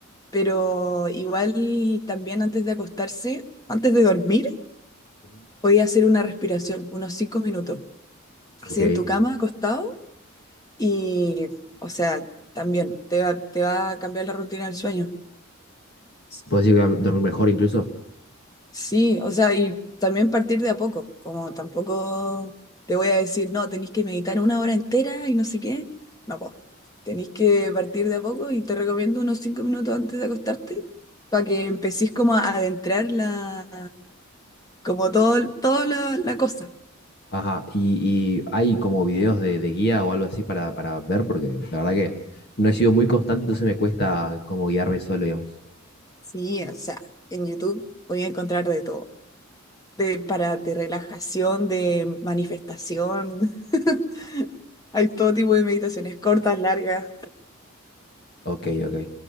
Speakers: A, on the left; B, on the left.
A: pero igual también antes de acostarse, antes de dormir,
B: Ujú.
A: podía hacer una respiración, unos cinco minutos, así
B: Ok.
A: en tu cama, acostado, y, o sea, también te va, te va a cambiar la rutina del sueño.
B: ¿Podés ir a dormir mejor incluso?
A: Sí, o sea, y también partir de a poco, como tampoco te voy a decir, no, tenéis que meditar una hora entera y no sé qué. No, pues, tenéis que partir de a poco y te recomiendo unos cinco minutos antes de acostarte para que empecéis como a adentrar la, como todo, todo lo- la cosa.
B: Ajá, y, y hay como videos de, de guía o algo así para, para ver, porque la verdad que no he sido muy constante, entonces me cuesta como guiarme solo, digamos.
A: Sí, o sea, en YouTube voy a encontrar de todo, de, para, de relajación, de manifestación. <laughs> Hay todo tipo de meditaciones cortas, largas,
B: Ok, ok.